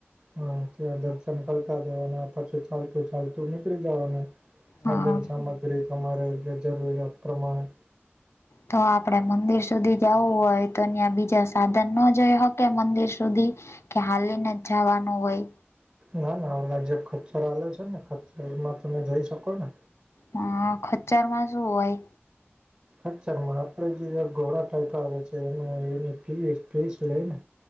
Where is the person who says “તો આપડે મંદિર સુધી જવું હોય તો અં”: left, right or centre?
Left